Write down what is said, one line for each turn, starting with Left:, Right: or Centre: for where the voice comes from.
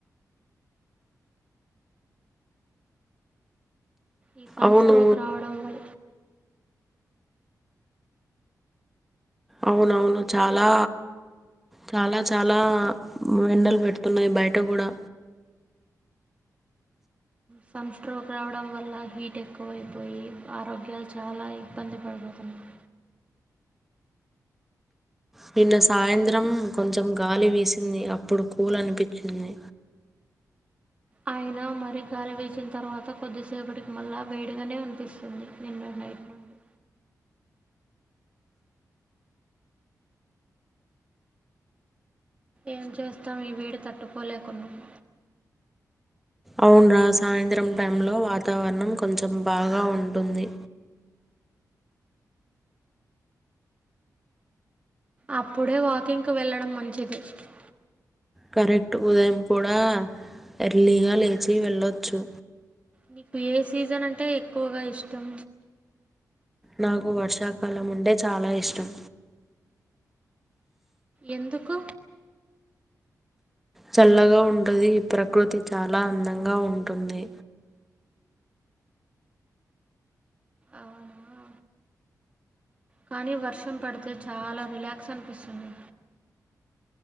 Right: ఈ సన్
Centre: అవును
Right: స్ట్రోక్ రావడం వల్ల
Centre: అవునవును చాలా చాలా చాలా ఎండలు పెడుతున్నాయి బయట కూడా
Right: సన్ స్ట్రోక్ రావడం వల్ల హీట్ ఎక్కువైపోయి ఆరోగ్యాలు చాలా ఇబ్బంది పడుపోతున్నాయి
Centre: నిన్న సాయంత్రం కొంచెం గాలి వీసింది అప్పుడు కూల్ అనిపించింది
Right: ఆయన మరీ గాలి వీచిన తర్వాత కొద్దిసేపటికి మళ్ళా వేడిగానే అనిపిస్తుంది నిన్న నైట్ నుండి ఏం చేస్తాం ఈ వేడి తట్టుకోలేకున్నాము
Centre: అవును రా సాయంత్రం టైంలో వాతావరణం కొంచెం బాగా ఉంటుంది
Right: అప్పుడే వాకింగ్ కు వెళ్లడం మంచిది ప <unintelligible>
Centre: కరెక్ట్ ఉదయం కూడా ఎర్లీగా లేచి వెళ్ళచ్చు
Right: నీకు ఏ సీజన్ అంటే ఎక్కువగా ఇష్టం
Centre: నాకు వర్షాకాలం ఉంటే చాలా ఇష్టం
Right: ఎందుకు
Centre: చల్లగా ఉంటుది ఈ ప్రకృతి చాలా అందంగా ఉంటుంది
Right: అవునా కానీ వర్షం పడితే చాలా రిలాక్స్ అనిపిస్తుంది